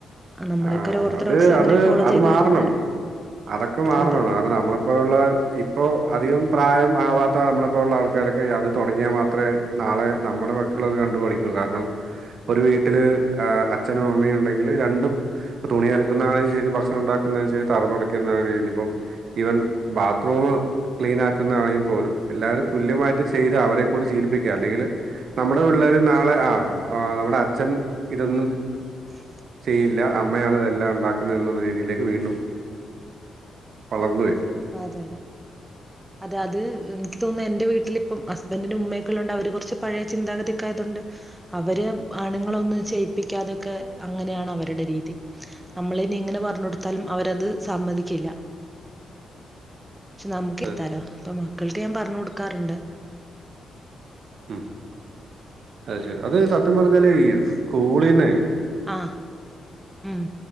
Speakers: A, on the right (about 15°); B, on the right (about 65°).
A: ആ, നമ്മളൊക്കെ
B: ആഹ്
A: ഒരു ഓർത്തഡോക്സ്
B: അത്
A: അങ്ങനെ
B: അത്
A: ഫോളോ
B: അത്
A: ചെയ്ത്
B: മാറണം
A: വരുന്ന
B: അതൊക്കെ മാറണം,
A: അതെ
B: അത് നമ്മളെ. ഇപ്പോഴുള്ള ഇപ്പോ അധികം പ്രായം ആവാത്ത നമ്മളെപ്പോലുള്ള ആൾക്കാരൊക്കെ അത് തൊടങ്ങിയാ മാത്രേ നാളെ നമ്മടെ മക്കളത് കണ്ട് പഠിക്കൊള്ളൂ കാരണം. ഒരു വീട്ടില് അച്ഛനും അമ്മയും ഉണ്ടെങ്കില് രണ്ടും. ഇപ്പ തുണി അലക്കുന്നാണേലും ശരി ഭക്ഷണം ഇണ്ടാക്കുന്നതയാലും ശരി തറ തുടക്കുന്നതാണേലും ഇന്നിപ്പം. ഈവൻ ബാത്റൂമ് ക്ലീനാക്കുന്നതാണെങ്കി പോലും എല്ലാവരും തുല്യമായിട്ട് ചെയ്ത് അവരെ കൂടി ശീലിപ്പിക്ക അല്ലെങ്കില്. നമ്മുടെ പിള്ളേരും നാളെ ആഹ് ആഹ് നമ്മുടെ അച്ഛൻ ഇതൊന്നും ചെ
A: <inaudible>
B: ചെയ്യില്ല. അമ്മയാണ് ഇതെല്ലാം ഉണ്ടാക്കുന്നത് എന്നുള്ള രീതിയില്. വീണ്ടും വളർന്ന് വരും.
A: അതെയതെ, അതെ അത് എനിക്ക് തോന്നുന്നു എന്റെ വീട്ടിലിപ്പം ഹസ് ബന്റിന്റെ ഉമ്മയൊക്കെള്ളോണ്ട് അവര് കൊറച്ച് പഴയ ചിന്താഗതിക്കായതുണ്ട്. അവര് ആണുങ്ങളൊന്നും ചെയ്യിപ്പിക്കാതൊക്കെ അങ്ങനെയാണ് അവരുടെ രീതി. അമ്മളിനി ഇങ്ങനെ പറഞ്ടുത്താലും അവരത് സമ്മതിക്കില്ല. പക്ഷെ നമുക്കിരുത്താലോ
B: അത് ശ
A: ഇപ്പൊ മക്കൾക്ക് ഞാൻ പറഞ്ഞ് കൊടുക്കാറ്ണ്ട്.
B: ഉം അത്ശരി അത് സത്യം പറഞ്ഞാല് ഈ സ്കൂളിന്ന്.
A: ആഹ് ഉം.